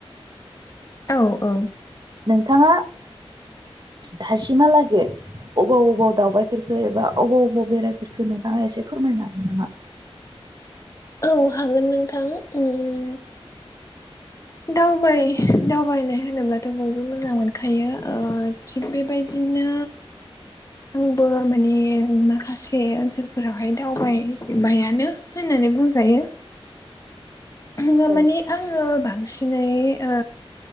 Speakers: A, on the left; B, on the right.
A: औ औ।
B: नोंथाङा दासिमहालागै अबाव अबाव दावबायफेरखो एबा अबाव अबाव बेरायफेरखो नोंथाङा एसे फोरमायनो हागोन नामा।
A: औ हागोन नोंथां उम दावबायनाय होनोब्लाथ' बयबो मोजां मोनखायो। थिग बेबायदिनो आंबो माने माखासे। माखासे ओनसोलफोरावहाय दावबायबायानो होननानै बुंजायो। दा
B: औ
A: माने आंङो। सिनै ओ